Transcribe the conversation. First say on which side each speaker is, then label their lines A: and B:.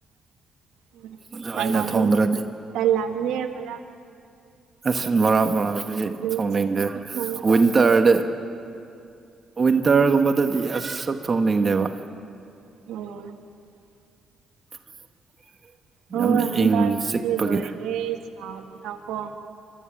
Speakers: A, on the right; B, on the right.
A: ꯎꯝ
B: ꯑꯗꯨ
A: ꯇ
B: ꯑꯩꯅ
A: ꯂꯝ
B: ꯊꯣꯡꯗ꯭ꯔꯗꯤ
A: ꯑꯃꯅꯤ ꯇ ꯂꯝ ꯑꯃꯅꯤ ꯃ
B: ꯑꯁꯤ ꯃꯔꯥ ꯃꯔꯥꯡꯗꯤ
A: ꯅꯨꯡꯇꯤꯒꯤ
B: ꯊꯣꯡꯅꯤꯡꯗꯦ
A: ꯊꯣꯡꯒꯗꯧꯕꯗꯣ
B: ꯋꯤꯟꯇꯔꯗ ꯋꯤꯟꯇꯔꯒꯨꯝꯕꯗꯗꯤ ꯑꯛ ꯊꯣꯡꯅꯤꯡꯗꯦꯕ
A: ꯑꯣ <unintelligible> <inaudible>
B: <unintelligible> <inaudible>
A: ꯃꯣꯏ
B: ꯏꯪ
A: ꯏꯝꯐꯥꯜ ꯁꯤꯗꯤ
B: ꯆꯤꯛꯄꯒꯤ
A: ꯂꯣꯏꯔꯦ ꯁꯥꯕꯅ ꯀꯣ